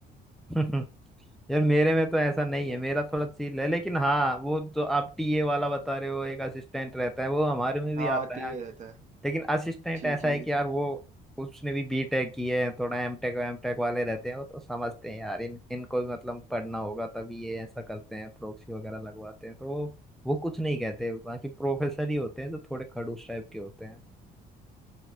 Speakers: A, in the centre; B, on the right.
A: <laughs> यार मेरे में तो ऐसा नहीं है मेरा थोड़ा चिल है लेकिन हाँ वो जो आप टीए वाला बता रहे हो एक असिस्टेंट रहता है वो हमारे में भी
B: हाँ
A: आता
B: टीए
A: है
B: रहता है
A: लेकिन असिस्टेंट
B: जी
A: ऐसा
B: जी
A: है
B: जी
A: कि यार वो उसने भी बीटेक की है थोड़ा एमटेक एमटेक वाले रहते हैं वो तो समझते हैं यार इन इनको भी मतलब पढ़ना होगा तभी ये ऐसा करते हैं प्रोक्सी वगैरह लगवाते हैं तो वो वो कुछ नहीं कहते बाकी प्रोफेसर ही होते हैं जो थोड़े खड़ूस टाइप के होते